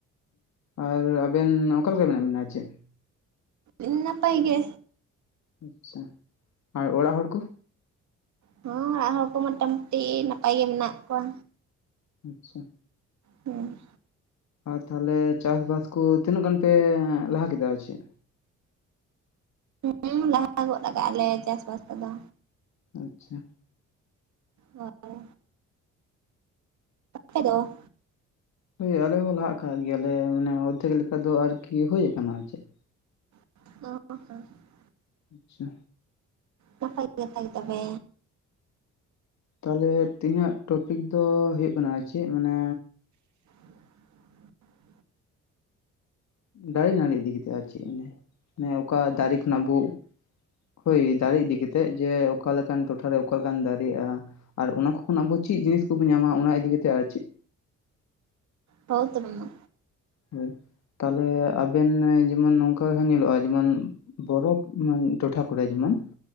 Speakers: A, on the left; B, on the right.
A: ᱟᱨ ᱟᱵᱮᱱ ᱚᱠᱟ ᱞᱮᱠᱟ ᱢᱮᱱᱟᱜ ᱵᱮᱱᱟ ᱟᱨ ᱪᱮᱫ?
B: ᱤᱱ ᱱᱟᱯᱟᱭ ᱜᱮ᱾
A: ᱟᱪᱪᱷᱟ ᱟᱨ ᱚᱲᱟᱜ ᱦᱚᱲ ᱠᱚ?
B: ᱦᱚᱸ ᱚᱲᱟᱜ ᱦᱚᱲ ᱠᱚ ᱢᱚᱴᱟᱢᱩᱴᱤ ᱱᱟᱯᱟᱭ ᱜᱮ ᱢᱮᱱᱟᱜ ᱠᱚᱣᱟ᱾
A: ᱟᱪᱪᱷᱟ᱾
B: ᱦᱩᱸ᱾
A: ᱟᱨ ᱛᱟᱦᱞᱮ ᱪᱟᱥᱵᱟᱥ ᱠᱚ ᱛᱤᱱᱟᱹᱜ ᱜᱟᱱ ᱯᱮ ᱞᱟᱦᱟ ᱠᱮᱫᱟ ᱟᱨ ᱪᱮᱫ?
B: ᱦᱮᱸ ᱞᱟᱦᱟ ᱜᱚᱫ ᱠᱟᱜ-ᱟ ᱞᱮ ᱪᱟᱥᱵᱟᱥ ᱠᱚᱫᱚ᱾
A: ᱟᱪᱪᱷᱟ᱾
B: ᱦᱳᱭ᱾ ᱟᱯᱮ ᱫᱚ?
A: ᱦᱳᱭ ᱟᱞᱮ ᱦᱚᱸ ᱞᱟᱦᱟᱜ ᱟᱠᱟᱜ ᱜᱮᱭᱟᱞᱮ ᱢᱟᱱᱮ ᱚᱫᱫᱷᱮᱠ ᱞᱮᱠᱟ ᱫᱚ ᱟᱨᱠᱤ ᱦᱩᱭ ᱟᱠᱟᱱᱟ ᱟᱨ ᱪᱮᱫ᱾
B: <inaudible>
A: ᱟᱪᱪᱷᱟ᱾
B: ᱱᱟᱯᱟᱭ ᱠᱟᱛᱷᱟ ᱜᱮ ᱛᱚᱵᱮ᱾
A: ᱛᱟᱞᱦᱮ ᱛᱤᱦᱤᱧᱟᱜ ᱴᱚᱯᱤᱠ ᱫᱚ ᱦᱩᱭᱩᱜ ᱠᱟᱱᱟ <inaudible> ᱪᱮᱫ ᱢᱟᱱᱮ
B: <inaudible>
A: ᱫᱟᱨᱮ ᱱᱟᱹᱲᱤ ᱤᱫᱤ ᱠᱟᱛᱮᱜ ᱟᱨ ᱪᱮᱫ ᱢᱟᱱᱮ, ᱢᱟᱱᱮ ᱚᱠᱟ ᱫᱟᱨᱮ ᱠᱷᱚᱱᱟᱜ ᱵᱚ ᱦᱳᱭ ᱫᱟᱨᱮ ᱤᱫᱤ ᱠᱟᱛᱮᱜ ᱡᱮ ᱚᱠᱟ ᱞᱮᱠᱟᱱ ᱴᱚᱴᱷᱟᱨᱮ ᱚᱠᱟ ᱞᱮᱠᱟᱱ ᱫᱟᱨᱮᱜᱼᱟ? ᱟᱨ ᱚᱱᱟ ᱠᱚ ᱠᱷᱚᱱ ᱟᱵᱚ ᱪᱮᱫ ᱡᱤᱱᱤᱥ ᱠᱚᱵᱚ ᱧᱟᱢᱟ ᱚᱱᱟ ᱤᱫᱤ ᱠᱟᱛᱮᱫ ᱟᱨ ᱪᱮᱫ᱾
B: ᱦᱳᱣ ᱛᱚᱵᱮ ᱢᱟ᱾
A: ᱦᱳᱭ, ᱛᱟᱦᱞᱮ ᱟᱵᱮᱱ ᱡᱮᱢᱚᱱ ᱱᱚᱝᱠᱟ ᱦᱚᱸ ᱧᱮᱞᱚᱜᱼᱟ ᱡᱮᱢᱚᱱ ᱵᱚᱨᱚᱯᱷ ᱢᱟ ᱴᱚᱴᱷᱟ ᱠᱚᱨᱮ ᱡᱮᱢᱚᱱ,